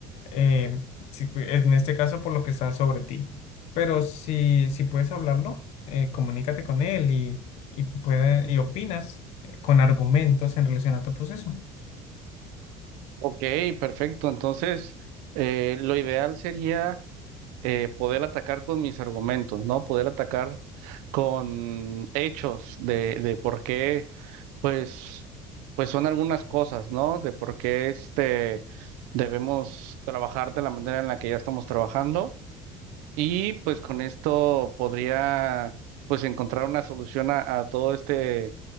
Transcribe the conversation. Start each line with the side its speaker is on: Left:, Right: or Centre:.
Left: eh, si- en este caso, por lo que está sobre ti. Pero si, si puedes hablarlo, eh, comunícate con él y, y, puede, y opinas con argumentos en relación a tu proceso.
Right: Ok, perfecto. Entonces, eh, lo ideal sería eh, poder atacar con mis argumentos, ¿no? Poder atacar con hechos de, de por qué, pues, pues son algunas cosas, ¿no? De por qué este debemos trabajar de la manera en la que ya estamos trabajando. Y pues con esto podría pues encontrar una solución a, a todo este,